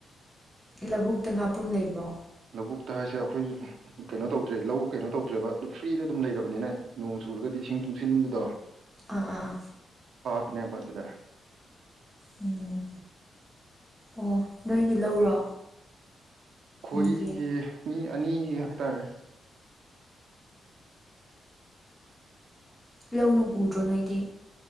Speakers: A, in the centre; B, on the right (about 60°).
A: ꯂꯕꯨꯛꯇ ꯉꯥꯄ꯭ꯔꯨꯝ ꯂꯩꯕ꯭ꯔꯣ
B: ꯂꯕꯨꯛꯇ ꯍꯥꯏꯁꯦ ꯑꯩꯈꯣꯏ ꯀꯩꯅꯣ ꯇꯧꯗ꯭ꯔꯦ ꯂꯧ ꯀꯩꯅꯣ ꯇꯧꯗ꯭ꯔꯦꯕ ꯑꯗꯨꯝ ꯐ꯭ꯔꯤꯗ ꯑꯗꯨꯝ ꯂꯩꯔꯕꯅꯤꯅ ꯅꯣꯡ ꯆꯨꯔꯒꯗꯤ ꯏꯁꯤꯡ ꯇꯨꯡꯁꯤꯟꯕꯗꯣ
A: ꯑꯥ ꯑꯥ ꯑꯥ
B: ꯑꯗꯨꯅꯦꯕ ꯑꯗꯨꯗ
A: ꯎꯝ ꯑꯣ ꯅꯣꯏꯒꯤ ꯂꯧꯔꯣ
B: ꯑꯩꯈꯣꯏꯒꯤ
A: ꯃꯤꯒꯤ
B: ꯃꯤ ꯑꯅꯤ ꯍꯥꯏꯇꯥꯔꯦ
A: ꯂꯧ ꯅꯨꯡ ꯎꯗ꯭ꯔꯣ ꯅꯣꯏꯗꯤ